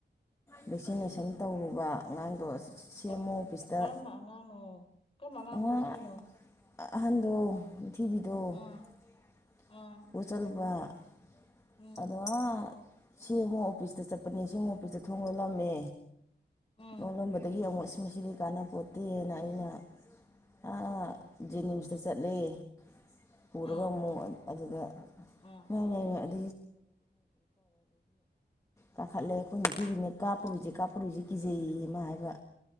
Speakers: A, on the left; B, on the left.
A: ꯚꯦꯛꯁꯤꯅꯦꯁꯟ ꯇꯧꯔꯨꯕ ꯑꯉꯥꯡꯗꯣ <inaudible>
B: ꯀ
A: ꯑꯣ ꯑꯣꯐꯤꯁꯇ
B: ꯀꯔꯝꯕ ꯑꯉꯥꯡꯅꯣ ꯀꯔꯝꯕ ꯑꯉꯥꯡ
A: ꯑꯥ
B: ꯄꯨꯔ ꯆꯠꯂꯤꯅꯣ
A: ꯑꯍꯟꯗꯣ <inaudible> ꯄ꯭ꯔꯤꯊꯤꯕꯤꯗꯣ
B: ꯑꯥ
A: <inaudible>
B: ꯑꯥ
A: ꯄꯨꯔꯥ ꯆꯠꯂꯨꯕ <inaudible>
B: ꯎꯝ
A: ꯑꯗꯨ <unintelligible> ꯁꯤ ꯑꯦꯝ ꯑꯣ ꯑꯣꯐꯤꯁꯇ ꯆꯠꯄꯅꯦ ꯁꯤ ꯑꯦꯝ ꯑꯣ <inaudible> ꯑꯣꯐꯤꯁꯇ ꯊꯣꯡ ꯂꯣꯂꯝꯃꯦ
B: ꯎꯝ
A: ꯂꯣꯜꯂꯝꯕꯗꯒꯤ ꯑꯃꯨꯛ <inaudible> ꯃꯁꯤꯗꯤ ꯀꯥꯟꯅꯕꯄꯣꯠꯇꯦꯅ ꯑꯩꯅ ꯑꯥ ꯖꯦꯅꯤꯝꯁꯇ ꯆꯠꯂꯦ <inaudible> ꯄꯨꯔꯒ
B: ꯑꯥ
A: ꯑꯃꯨꯛ <inaudible> ꯑꯗꯨꯗ <inaudible>
B: ꯑꯥ
A: ꯍ ꯍ <inaudible> <unintelligible> ꯀꯥꯈꯠꯂꯦ ꯑꯩꯈꯣꯏ ꯅꯤꯡꯊꯤꯕꯤꯅ ꯀꯥꯞꯄꯔꯣꯏꯁꯦ ꯀꯥꯞꯄꯔꯣꯏꯁꯦ ꯀꯤꯖꯩꯌꯦ ꯃꯥ ꯍꯥꯏꯕ